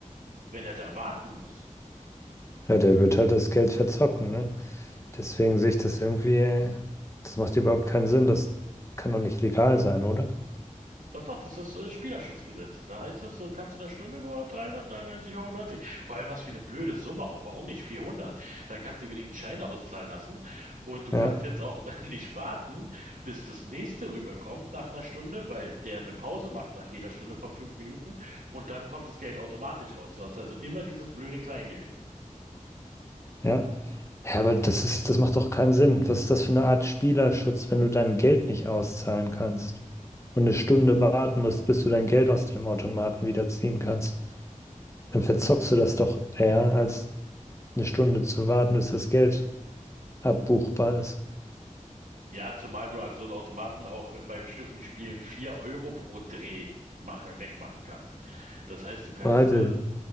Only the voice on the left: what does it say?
Ja, der wird halt das Geld verzocken, ne? Deswegen sehe ich das irgendwie, das macht überhaupt keinen Sinn. Das kann doch nicht legal sein, oder?
Ja.
Ja. Ja, aber das ist, das macht doch keinen Sinn. Was ist das für eine Art Spielerschutz, wenn du dein Geld nicht auszahlen kannst und eine Stunde warten musst, bis du dein Geld aus dem Automaten wieder ziehen kannst? Dann verzockst du das doch eher, als eine Stunde zu warten, bis das Geld abbuchbar ist.
Warte.